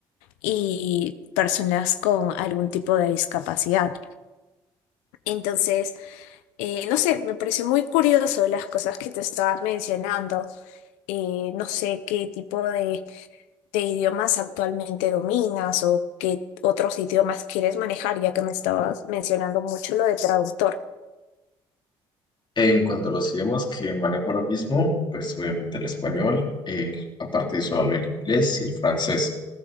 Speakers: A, on the left; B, on the left.
A: y personas con algún tipo de discapacidad. Entonces, eh, no sé, me pareció muy curioso las cosas que te estabas mencionando eh, no sé qué tipo de de idiomas actualmente dominas o qué otros idiomas quieres manejar, ya que me estabas mencionando mucho lo de traductor.
B: En cuanto a los idiomas que manejo ahora mismo, pues obviamente el español, el- aparte de eso hablo el inglés y el francés.